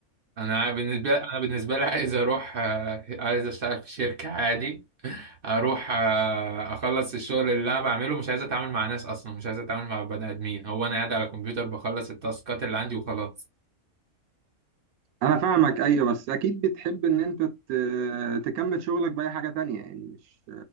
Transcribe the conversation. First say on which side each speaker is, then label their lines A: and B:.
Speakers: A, on the right; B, on the right.
A: انا بالنسبه انا بالنسبه لي عايز اروح آه، عايز اشتغل في شركه عادي اروح آه، اخلص الشغل اللي انا بعمله مش عايز اتعامل مع ناس اصلا مش عايز اتعامل مع بني ادمين هو انا قاعد على الكمبيوتر بخلص التاسكات اللي عندي وخلاص
B: انا فاهمك ايوه بس اكيد بتحب ان انت ت- تكمل شغلك باي حاجه تانية يعني مش